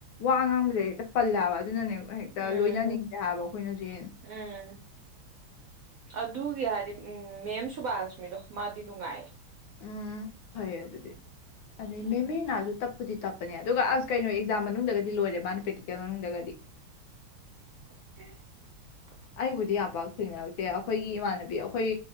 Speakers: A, on the left; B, on the right.
A: ꯋꯥꯥꯡ ꯁꯦ ꯍꯦꯛꯇ ꯄꯜꯂꯑꯕ ꯑꯗꯨꯅꯅꯦ ꯍꯦꯛꯇ
B: ꯎꯝ
A: ꯂꯣꯏꯅꯅꯤꯡꯗꯦ ꯍꯥꯏꯕ ꯑꯩꯈꯣꯏꯅꯖꯤꯦ
B: ꯎꯝ ꯑꯗꯨꯒꯤ ꯍꯥꯏꯗꯤ ꯎ ꯃꯦꯝꯁ ꯁꯨꯕꯥ ꯂꯁꯃꯤꯗꯣ ꯃꯥꯗꯤ ꯅꯨꯡꯉꯥꯏ
A: ꯎꯝ ꯐꯣꯏ ꯑꯗꯨꯗꯤ ꯑꯗꯩ
B: ꯎꯝ
A: ꯃꯦꯃꯤꯅꯁꯨ ꯇꯞꯄꯨꯗꯤ ꯇꯞꯄ ꯐꯅꯦ ꯑꯗꯨꯒ ꯑꯁ ꯀꯩꯅꯣ ꯑꯦꯛꯖꯥꯝ ꯃꯅꯨꯡꯗꯗꯤ ꯂꯣꯏꯔꯦ ꯃꯥꯅ ꯄ꯭ꯔꯦꯛꯇꯤ ꯀꯌꯥ ꯃꯅꯨꯡꯗꯖꯒꯥꯗꯤ
B: ꯎꯝ
A: ꯑꯩꯕꯨꯗꯤ ꯌꯥꯝ ꯄꯥꯛ ꯊꯦꯡꯅꯔꯛꯇꯦ ꯑꯩꯈꯣꯏꯒꯤ ꯏꯃꯥꯟꯅꯕꯤ ꯑꯩꯈꯣꯏ